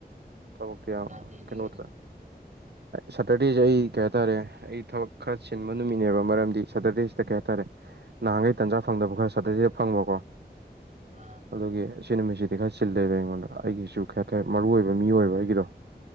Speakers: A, on the right; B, on the right.
A: ꯇꯃꯛꯇꯌꯥ
B: ꯌꯥꯗꯦꯗꯤ
A: ꯀꯅꯗ꯭ꯔꯦ
B: ꯀꯩꯅꯣ
A: ꯁꯦꯇꯔꯗꯤꯦꯖ ꯑꯩ ꯀꯦꯇꯥ ꯔꯦ ꯑꯩ ꯊꯕꯛ ꯈꯔ ꯆ ꯅꯨꯃꯤꯠꯅꯦꯕ ꯃꯔꯝꯗꯤ ꯁꯇꯔꯗꯦꯁꯤꯗ ꯀꯩ ꯍꯥꯏꯇꯥꯔꯦ ꯅꯍꯥꯟꯈꯩ ꯇꯥꯟꯖꯥ ꯐꯪꯗꯕ ꯈꯔ ꯁꯇꯔꯗꯦꯗ ꯐꯪꯕꯀꯣ
B: ꯑꯥ
A: ꯑꯗꯨꯒꯤ ꯁꯤ ꯅꯨꯃꯤꯠꯁꯤꯗꯤ ꯈꯔ ꯆꯤꯜꯂꯦꯕ ꯑꯩꯉꯣꯟꯗ ꯑꯩꯒꯤꯁꯨ ꯈꯔꯇꯔ ꯃꯔꯨ ꯑꯣꯏꯕ ꯃꯤ ꯑꯣꯏꯕ ꯑꯩꯒꯤꯗꯣ